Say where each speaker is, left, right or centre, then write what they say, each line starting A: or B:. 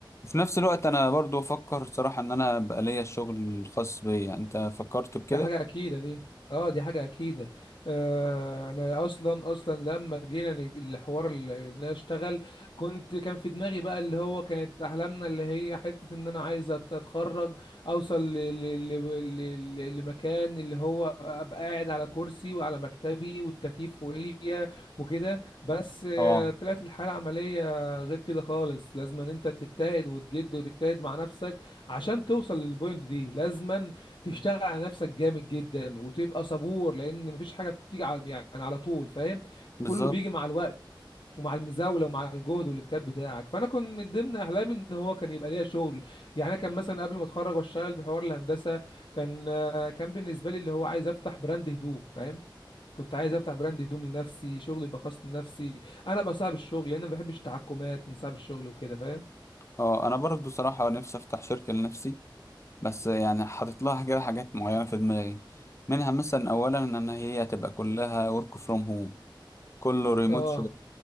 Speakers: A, on the left; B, on the left.
A: في نفس الوقت انا برضو افكر صراحة ان انا بقى ليا الشغل الخاص بيا انت فكرت بكده
B: ده حاجة أكيدة دي اه دي حاجة أكيدة آه أنا أصلا أصلا لما جينا نج- الحوار اللي اللي أنا أشتغل كنت كان في دماغي بقى اللي هو كانت أحلامنا اللي هي حتة إن أنا عايز أت- أتخرج أوصل ل... ل... ل... ل... ل- لمكان اللي هو أبقى قاعد على كرسي وعلى مكتبي والتكييف فوقيا وكده بس آه
A: اه
B: طلعت الحالة العملية غير كده خالص لازم إن أنت تجتهد وتجد وتجتهد مع نفسك عشان توصل للبوينت دي لازما تشتغل على نفسك جامد جدا وتبقى صبور لان مفيش حاجه بتيجي على يعني على طول فاهم فكله
A: بالظبط
B: بيجي مع الوقت ومع المزاوله ومع الجهد والاجتهاد بتاعك فانا كنت من ضمن احلامي ان هو كان يبقى ليا شغل يعني انا كان مثلا قبل ما اتخرج واشتغل بحوار الهندسه كان آه، كان بالنسبه لي اللي هو عايز افتح براند هدوم فاهم كنت عايز افتح براند هدوم لنفسي شغل يبقى خاص لنفسي انا ابقى صاحب الشغل لان ما بحبش التحكمات من صاحب الشغل وكده فاهم
A: اه انا برضو صراحة نفسي افتح شركة لنفسي بس يعني حاطط لها كده حاجات معينة في دماغي منها مثلا اولا ان أنا هي هتبقى كلها work from home كله ريموت
B: اه